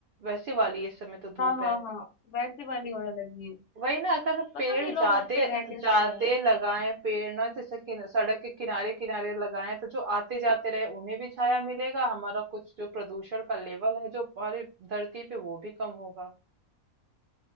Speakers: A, on the right; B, on the left.
A: वैसी वाली इस समय तो धूप
B: हाँ हाँ
A: है
B: हाँ वैसी वाली होने लगी है।
A: वही ना अगर
B: पता
A: पेड़
B: नहीं लोग
A: ज्यादा
B: यहाँ पे रह कैसे
A: ज्यादा
B: रहे हैं।
A: लगाएं पेड़ ना जैसे किन, सड़क के किनारे किनारे लगाएं तो जो आते जाते रहे उन्हें भी छाया मिलेगा हमारा कुछ जो प्रदूषण का लेवल है जो हमारी धरती पे वो भी कम होगा